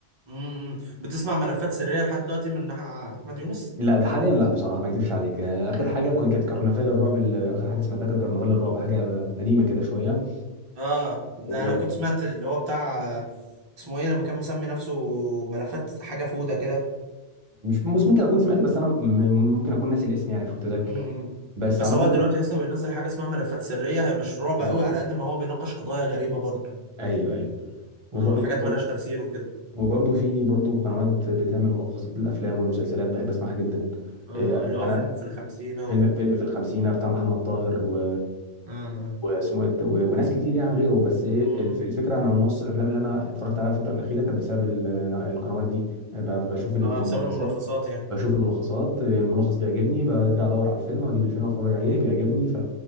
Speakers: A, on the right; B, on the right.
A: امم بتسمع ملفات سرية لحد دلوقتي من ح- احمد يونس
B: لا ده حاليا لا بصراحه ما اكذبش عليك آه، اخر حاجه كنت كانت كرنفال الرعب اللي... اخر حاجه سمعتها كانت كرنفال الرعب حاجه قديمه كده شويه
A: اه ده
B: ومش
A: انا كنت سمعت اللي هو بتاع آه، اسمه ايه لما كان مسمي نفسه ملفات حاجه فوده كده
B: بص ممكن اكون سمعتها بس انا م- ممكن اكون ناسي الاسم يعني مش متذكر
A: امم
B: بس
A: بس
B: عامة
A: هو دلوقتي اصلا بينزل حاجه اسمها ملفات سريه هي مش رعب
B: مم.
A: قوي على قد ما هو بيناقش قضايا غريبه برضه
B: ايوه ايوه وبرضه
A: اه حاجات ملهاش تفسير وكده
B: وبرضه في برضه قنوات بتعمل ملخصات للافلام والمسلسلات بحب اسمعها جدا
A: اه
B: إيه،
A: اللي هو
B: انا
A: فيلم في الخمسينه
B: فيلم
A: و
B: فيلم في الخمسينه بتاع محمد طاهر و...
A: اه
B: واسمه إيه ده؟ و... وناس كتير يعني غيره بس ايه
A: مم.
B: الف- الفكره انا نص الافلام اللي انا اتفرجت عليها الفتره الاخيره كانت بسبب ال- القنوات دي ب... بشوف الملخصات
A: اه بسبب الملخصات يعني
B: بشوف الملخصات الملخص بيعجبني برجع ادور على الفيلم واجيب الفيلم اتفرج عليه
A: مم.
B: بيعجبني ف